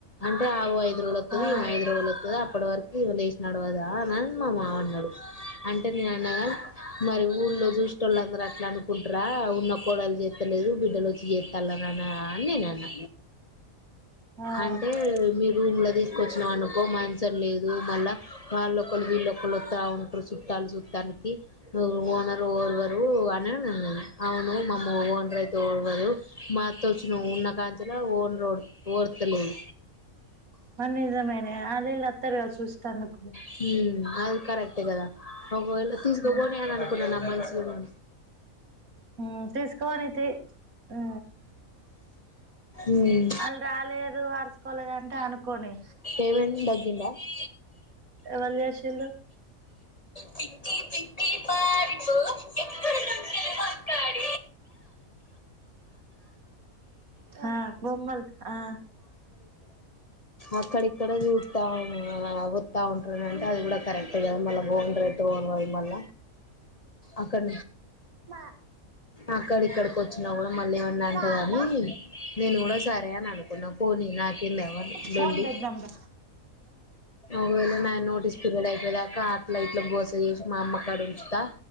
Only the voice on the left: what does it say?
అంటే ఆవు <unintelligible> ఐదు రోజులు
వత్తాది అప్పటివరకు ఇవ లే వసినాడు కాదా అనిని మా మామ అన్నాడు అంటే నేను అన్నగా మరి ఊళ్ళో చూసిన వాళ్ళందరూ అట్లా అనుకుంటారా ఉన్న కోడలు చేస్తలేదు బిడ్డలు వచ్చి చేస్తాలని అన్న అని నేను అన్న
అంటే మీ రూమ్ లో తీసుకొచ్చినాం అనుకోం మంచం లేదు మళ్ళా వాళ్ళొక్కరూ వీళ్ళొక్కరు వస్తా ఉంటారు. చుట్టాలు చుట్టానికి ఓనరు ఓడవరు అని అన్నాను. అవును మామ్మ ఓనర్ అయితే ఓడవరు మాతో <unintelligible> లో ఓనరోడు ఓర్త లేదు
హు అది కరెక్ట్ కదా ఒకవేళ చూసుకోబోతే
అని అనుకున్నా నా మంచి ఆ
ఉమ్,
హేమన్ తగ్గిందా <inaudible>
ప ప మాారిపో ఎక్కడ మాకాడ
అక్కడిక్కడ చత్తా వస్తూ ఉంటుందంటే అది కూడా కరెక్ట్ కదా మళ్ళా బోన్ రేట్ ఓన్ అది మళ్ళ అక్కడ
అక్కడ ఇక్కడికి వచ్చినా కూడా మళ్ళ ఏమన్నా అంటదని
నేను కూడా సరే అని అనుకున్నా పోనీ నాకేందవ్వా
లొల్లి
ఒకవేళ నా నోటీస్ పీరియడ్ అయిపోయేదాకా అట్ల ఇట్ల గోస చేసి మా అమ్మకాడ ఉంచుతా